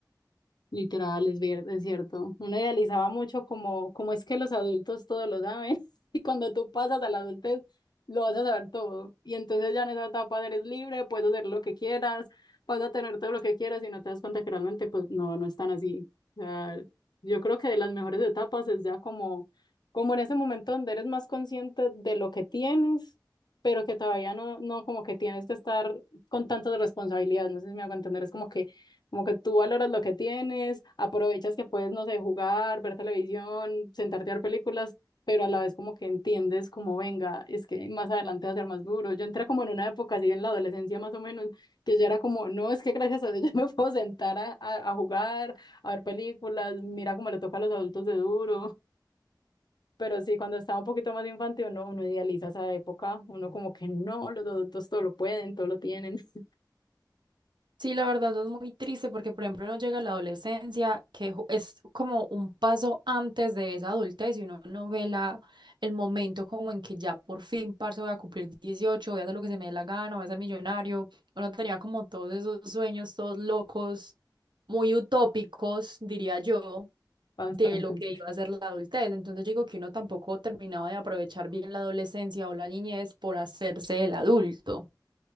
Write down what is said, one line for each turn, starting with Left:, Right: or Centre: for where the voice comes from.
Left: Literal, es, vier- es cierto. Uno idealizaba mucho como, como es que los adultos todo lo saben <laughs> y cuando tú pasas a la adultez lo vas a saber todo. Y entonces ya en esa etapa eres libre, puedes hacer lo que quieras, vas a tener todo lo que quieras y no te das cuenta que realmente pues no, no es tan así. O sea, yo creo que de las mejores etapas es ya como, como en ese momento donde eres más consciente de lo que tienes, pero que todavía no, no como que tienes que estar con tantas responsabilidades. No sé si me hago entender, es como que como que tú valoras lo que tienes, aprovechas que puedes, no sé, jugar, ver televisión, sentarte a ver películas, pero a la vez como que entiendes como venga, es que más adelante va a ser más duro. Yo entré como en una época así en la adolescencia más o menos, que yo era como, no, es que gracias a Dios <laughs> yo me puedo sentar a, a, a jugar, a ver películas, mira cómo le toca a los adultos de duro. Pero sí, cuando estaba un poquito más infantil, uno, uno idealiza esa época, uno como que no, los adultos todo lo pueden, todo lo tienen, <laughs>
Right: Sí, la verdad es muy triste porque, por ejemplo, uno llega a la adolescencia, que ju- es como un paso antes de esa adultez y uno no ve la, el momento como en que ya por fin, parce, voy a cumplir 18, voy a hacer lo que se me dé la gana, voy a ser millonario. Uno tenía como todos esos sueños, todos locos, muy utópicos, diría yo,
Left: bastante.
Right: de lo que
Left: sí.
Right: iba a ser la adultez. Entonces digo que uno tampoco terminaba de aprovechar bien la adolescencia o la niñez por hacerse el adulto.